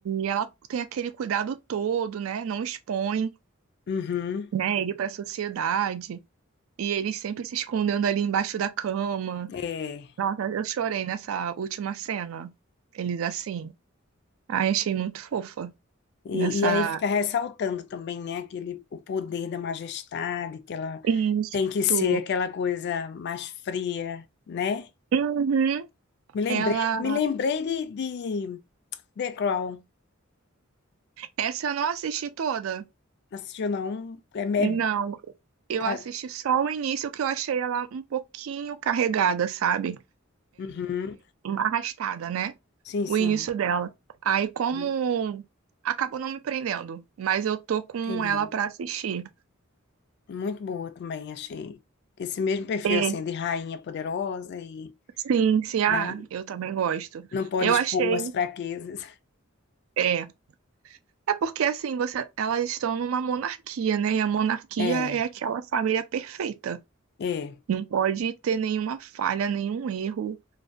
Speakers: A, on the right; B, on the left.
A: ela tem aquele cuidado todo, né, não expõe,
B: Uhum,
A: né, ele para a sociedade, e ele sempre se escondendo ali embaixo da cama.
B: é.
A: Nossa, eu chorei nessa última cena. Eles assim, ai, achei muito fofa
B: E,
A: nessa
B: e aí fica ressaltando também, né, aquele, o poder da majestade, que ela
A: Isso.
B: tem que ser aquela coisa mais fria, né?
A: Uhum,
B: Me lembrei,
A: Ela,
B: me lembrei de, de The Crown.
A: essa eu não assisti toda.
B: Assistiu, não? É, me-
A: Não, eu
B: ah,
A: assisti só o início que eu achei ela um pouquinho carregada, sabe?
B: uhum,
A: Arrastada, né?
B: sim,
A: O
B: sim.
A: início dela. Aí como
B: Uhum,
A: acabou não me prendendo, mas eu tô com
B: entendi.
A: ela pra assistir.
B: Muito boa também, achei. Esse mesmo perfil,
A: É.
B: assim, de rainha poderosa e,
A: Sim, sim, ah,
B: né,
A: eu também gosto.
B: não pode
A: Eu
B: expor
A: achei,
B: as fraquezas.
A: é, é porque assim, você, elas estão numa monarquia, né? E a monarquia
B: É,
A: é aquela família perfeita.
B: é.
A: Não pode ter nenhuma falha, nenhum erro.